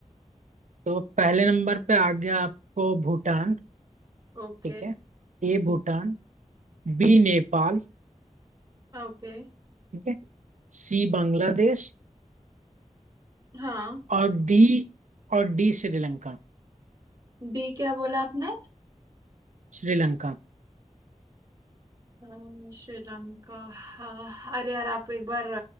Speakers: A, on the right; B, on the right.
A: तो पहले नंबर पे आ गया आपको भूटान
B: ओके
A: ठीक है ए भूटान बी नेपाल
B: ओके
A: ठीक है सी बांग्लादेश
B: हाँ
A: और डी और डी श्रीलंका
B: डी क्या बोला आपने
A: श्रीलंका
B: अ, श्रीलंका हाँ अरे यार आप एक बार